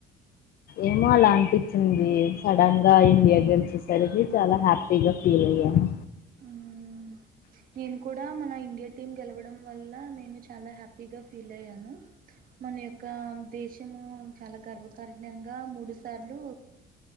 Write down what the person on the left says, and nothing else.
ఏమో అలా అనిపించింది సడన్ గా ఇండియా గెలిచేసరికి చాలా హ్యాపీగా ఫీల్ అయ్యాను